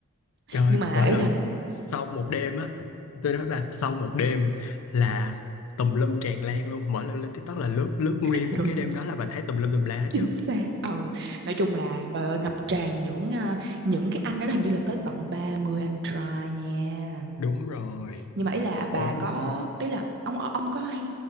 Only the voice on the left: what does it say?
Trời,
mỗi
lần
sau một đêm á, tôi nói mà sau một đêm là tùm lum tràn lan luôn. Mỗi lần lên TikTok là lướt lướt nguyên
một cái đêm đó là bà thấy tùm lum tùm lá
hết
trơn.
Đúng rồi.
Ủa
nhưng